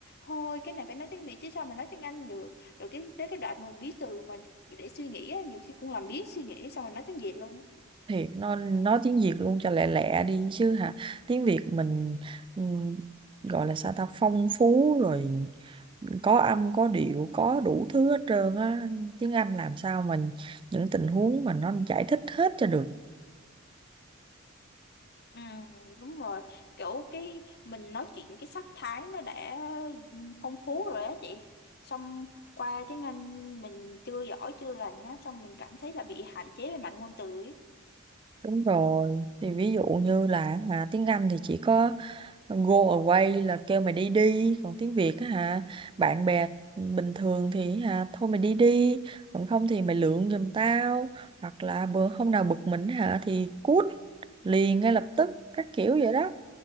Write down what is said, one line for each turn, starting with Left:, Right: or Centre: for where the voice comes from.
Left: thôi cái này phải nói tiếng Việt chứ sao mà nói tiếng Anh được rồi cái tới cái đoạn mà bí từ mình để suy nghĩ á, nhiều khi cũng làm biến suy nghĩ xong rồi nói tiếng Việt luôn á.
Right: thiệt nó nói tiếng Việt luôn cho lẹ lẹ đi chứ hả tiếng Việt mình ừm, gọi là sao ta phong phú rồi có âm có điệu có đủ thứ hết trơn á tiếng Anh làm sao mình những tình huống mà nó giải thích hết cho được
Left: Ừ, đúng rồi kiểu cái mình nói chuyện cái sắc thái nó đã phong phú rồi á chị xong qua tiếng Anh mình chưa giỏi chưa lành á xong mình cảm thấy là bị hạn chế về mặt ngôn từ ấy.
Right: đúng rồi thì ví dụ như là hả tiếng Anh thì chỉ có Go away là kêu mày đi đi còn tiếng Việt á hả bạn bè bình thường thì hả thôi mày đi đi còn không thì mày lượn giùm tao hoặc là bữa hôm nào bực mình hả thì cút liền ngay lập tức các kiểu vậy đó